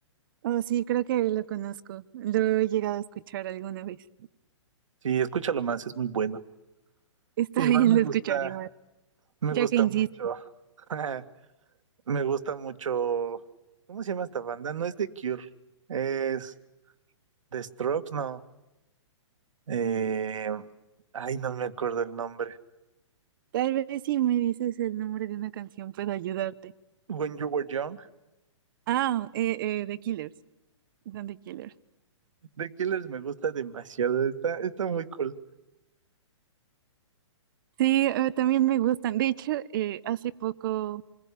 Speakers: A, on the right (about 45°); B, on the right (about 80°).
A: Oh, sí, creo que lo conozco. Lo he llegado a escuchar alguna vez. <laughs>
B: Sí, escúchalo más, es muy bueno.
A: Está
B: Igual
A: bien,
B: me
A: lo
B: gusta,
A: escucharé más,
B: me
A: ya
B: gusta
A: que insiste.
B: mucho. <laughs> Me gusta mucho. ¿Cómo se llama esta banda? No es The Cure. Es The Strokes, no. Eh, ay, no me acuerdo el nombre.
A: Tal vez si me dices el nombre de una canción puedo ayudarte.
B: When You Were Young.
A: Ah, eh, eh, The Killers. Dante Killer.
B: The Killers me gusta demasiado. Está, está muy cool.
A: Sí, eh, también me gustan. De hecho, eh, hace poco